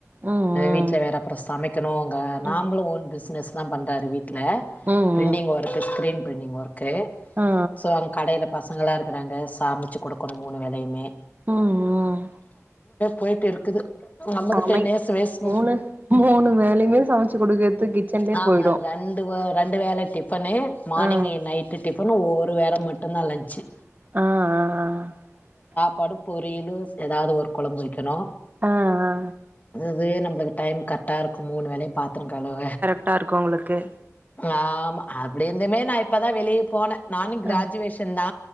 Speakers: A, on the right (about 35°); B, on the left (about 30°).
A: ஆ ம்
B: வீட்ல வேற அப்றோ சமைக்கணு அங்க
A: ம்
B: நாம்ளும் ஓன் பிசினஸ் தா பண்றாரு வீட் ல
A: ம் ம்
B: printing
A: ம்
B: work screen printing work
A: ஆ ஆ
B: சோ அங்க கடையில பசங்கல்லா இருக்கறாங்க சாமச்சிக் குடுக்கணு மூணு வேலையுமே
A: ம் ம்
B: போயிட்டுருக்குது நம்மக்கு
A: சமை
B: டென் இயர்ஸ் வேஸ்ட்
A: மூணு மூணு வேலையுமே சமைச்சு குடுக்கறது கிச்சன்லே
B: ஆமா
A: போயிடு
B: ரெண்டு ரெண்டு வேலை டிஃபன்னு மார்னிங்
A: ஆ
B: நைட்டு டிஃபன் ஒரு வேல மட்டுந்தா லஞ்ச்சு
A: ஆ ஆ ஆ
B: பருப் பொரியலு ஏதாவது ஒரு கொழம்பு வைக்கணு
A: ஆ ஆ
B: அதுவே நம்மளுக்கு டைம் கரெக்டாக இருக்கு மூணு வேலையு பாத்திர கழுவ
A: ட்டா இருங்கவங்களுக்கு
B: ஆமாம் அப்டி இருந்துமே நா இப்போ தா வெளிய போனே நானு கிராஜுவேஷன்
A: ஆ
B: தா